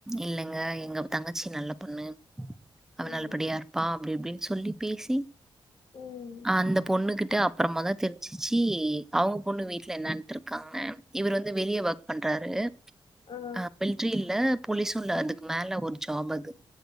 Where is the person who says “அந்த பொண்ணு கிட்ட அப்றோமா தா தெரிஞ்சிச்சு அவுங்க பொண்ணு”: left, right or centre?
Centre